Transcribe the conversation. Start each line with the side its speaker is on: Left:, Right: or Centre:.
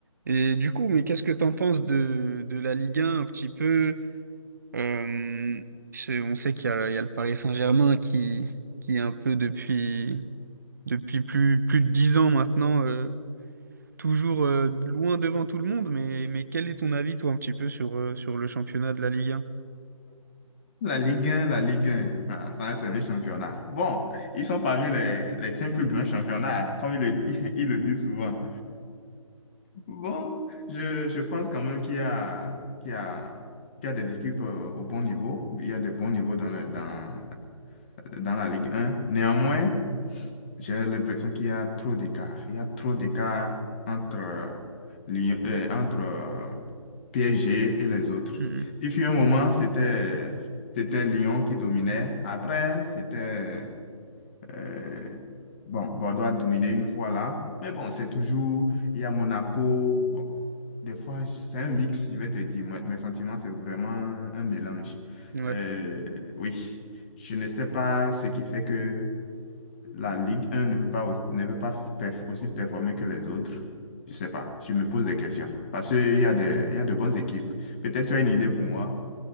Right: Et du coup, mais qu'est-ce que t'en penses de, de la Ligue 1 un petit peu? Euh, c'est- on sait qu'il y a, il y a le Paris Saint-Germain qui, qui est un peu depuis, depuis plus, plus de 10 ans maintenant, euh, toujours euh, loin devant tout le monde. Mais, mais quel est ton avis, toi, un petit peu sur, euh, sur le championnat de la Ligue 1?
Left: La Ligue 1, la Ligue 1, ah, ça c'est un championnat. Bon, ils sont parmi les, les cinq plus grands championnats, comme ils le, <laughs> ils le disent souvent. Bon, je, je pense quand même qu'il y a, qu'il y a, qu'il y a des équipes euh, au bon niveau. Il y a des bons niveaux dans, le- dans, dans la Ligue 1. Néanmoins, j'ai l'impression qu'il y a trop d'écart. Il y a trop d'écart entre, euh, Lyon- euh, entre euh, PSG et les autres.
Right: Mhm.
Left: Il fut un moment, c'était, c'était Lyon qui dominait. Après, c'était... euh, bon, Bordeaux a dominé une fois là. Mais bon, c'est toujours... Il y a Monaco. Bon, des fois, c'est un mix, je vais te dire. Moi, mes sentiments, c'est vraiment un mélange.
Right: Ouais.
Left: Euh, oui, je ne sais pas ce qui fait que la Ligue 1 ne peut pas, au- ne peut pas perf- aussi performer que les autres? Je sais pas. Je me pose des questions. Parce qu'il y a des, il y a de bonnes équipes. Peut-être tu as une idée pour moi,